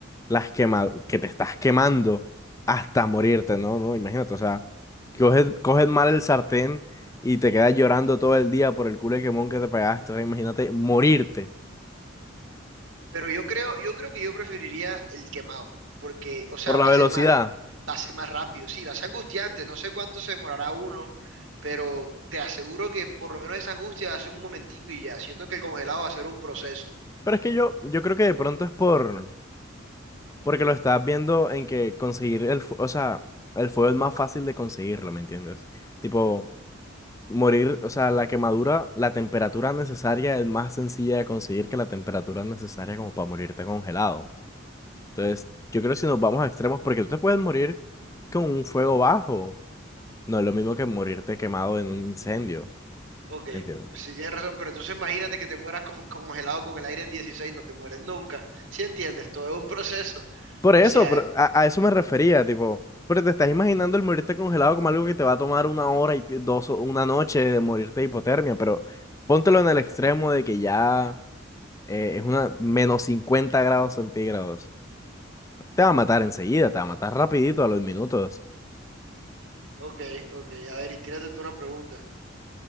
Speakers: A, on the left; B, on the right.
A: las quema que te estás quemando hasta morirte, ¿no? No, imagínate, o sea, coges, coges mal el sartén y te quedas llorando todo el día por el culo de quemón que te pegaste. Ahora imagínate morirte
B: Pero yo creo, yo creo que yo preferiría el quemado, porque, o sea,
A: por la
B: va
A: velocidad.
B: a ser más, va a ser más rápido. Sí, va a ser angustiante, no sé cuánto se demorará uno, pero te aseguro que por lo menos esa angustia va a ser un momentico y ya. Siento que el congelado va a ser un proceso.
A: Pero es que yo,
B: Un pro-
A: yo creo que de pronto es por... Porque lo estás viendo en que conseguir el, fu- o sea, el fuego es más fácil de conseguirlo, ¿me entiendes? Tipo, morir, o sea, la quemadura, la temperatura necesaria es más sencilla de conseguir que la temperatura necesaria como para morirte congelado. Entonces, yo creo que si nos vamos a extremos, porque tú te puedes morir con un fuego bajo, no es lo mismo que morirte quemado en un incendio,
B: ok,
A: ¿me entiendes?
B: pues sí tienes razón, pero entonces imagínate que te mueras con, congelado con el aire en 16 no te mueres nunca. ¿Sí entiendes? Todo es un proceso.
A: Por eso,
B: O sea,
A: pero a, a eso me refería, tipo, pero te estás imaginando el morirte congelado como algo que te va a tomar una hora y pi- dos, o una noche de morirte de hipotermia, pero póntelo en el extremo de que ya eh, es una menos 50 grados centígrados. Te va a matar enseguida, te va a matar rapidito a los minutos.
B: ok, ok, a ver, y tírate tú una pregunta.